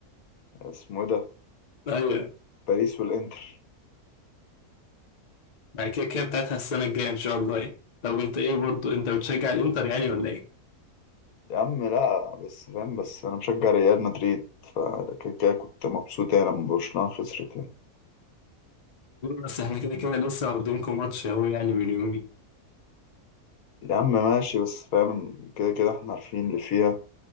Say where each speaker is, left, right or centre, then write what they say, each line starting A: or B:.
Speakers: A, on the left; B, on the left.
A: اسمه ايه ده
B: ايوه
A: باريس والانتر
B: بعد كده كده بتاعتها السنة الجاية ان شاء الله يعني طب انت ايه برضه انت بتشجع الانتر يعني ولا ايه؟
A: يا عم لا بس فاهم بس انا مشجع ريال مدريد فكده كده كنت مبسوط يعني لما برشلونة خسرت يعني
B: بس احنا كده كده لسه واخدينكم ماتش اهو يعني من يومين
A: يا عم ماشي بس فاهم كده كده احنا عارفين اللي فيها